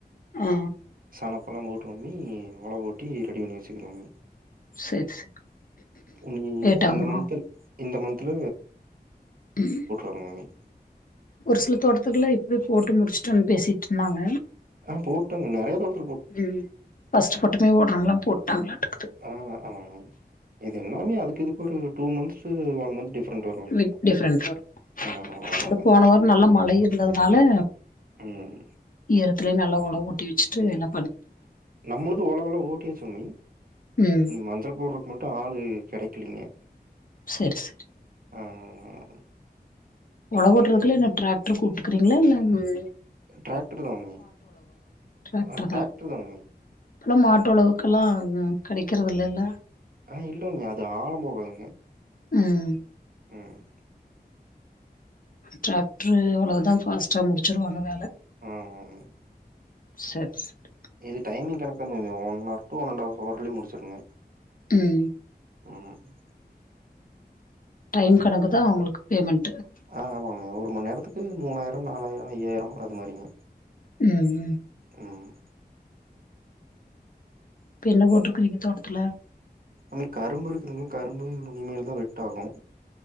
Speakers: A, on the left (about 55°); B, on the right (about 60°).
A: ஆ
B: அனப்புலா போட்டுண்ணி ஒலவோட்டி ரெடி பண்ணி வச்சிக்கிறோம்ங்க
A: சேர் சேர்
B: நீ
A: லேட்டாகுமா
B: இந்த மந்த்து இந்த மந்த்ல
A: ம்
B: ம் அண்ணி
A: ஒரு சில தோட்டத்துக்குலா இப்வே போட்டு முடிச்சுட்டோன் பேசிட்ருந்தாங்க
B: ஆ போட்டுங் நெறையா தோட்டத்
A: ம் ஃபஸ்ட் பட்டமே ஓட்றாங்லா போட்டாங்ளாட்ருக்குது
B: ஆ ஆ மம்மி இது எல்லாமே அதுக்கு இதுக்கு ஒரு two months one month different வரு மம்மி
A: டுவிக் டிஃப்ரென்ட் வரு
B: ஆ அவ்ளோதாங்க
A: அது போன வாரொ நல்லா மழை இருந்தது னால
B: ம்
A: நில்த்திலே நல்ல ஒலவோட்டி வச்சிட்டு எலா
B: நம்ளது ஒலவுல ஓட் டீசுனி
A: ம்
B: மஞ்சள் போட்றக்கு மட்டூ ஆளு கெடைக்கலியே
A: செரி செரி
B: ஆஹ்
A: ஒழவு விட்டுறக்குலா என்ன ட்ராக்டர் கூப்டுக்குறீங்களா இல்ல உன்
B: ட்ரக்டர் தாங்
A: டிராக்டர்
B: ஆ ட்ரக்டர்
A: தா
B: தாங் மேம்
A: இப்பல்லா மாட்டு ஒழவுக்கெல்லா ம் கெடைக்கிறது இல்லல்ல
B: ஆ இல்லைங்க அது ஆழோ போகாதுங்க
A: ம்
B: உம்
A: ட்ரக்ட்ரு அவ்ளோதா ஃபாஸ்டா முடிச்சுடுவாங்க வேல
B: ஆமா மாமி.
A: சர் ஸ்ட்
B: இது டைமிங் கணக்கு தானங்க one R two and half அவர்லேய முடிச்சுருங்க
A: உம்
B: உம்
A: டைம் கணக்கு தா உங்களுக்கு பேமெண்
B: ஆ ஆமாமா ஒரு மணி நேரத் துக்கு மூணாயிரோ நாலாயிரோ ஐயாயிரோ அது மாரிங்க
A: ம் ம்
B: ம்
A: இப்ப என்ன போட்டுருக்றீங்க தோட்டத்துல
B: ம் கரும்பு இருக்குதுங்கா கரும்பு உனிமேல தா வெட்டாகூ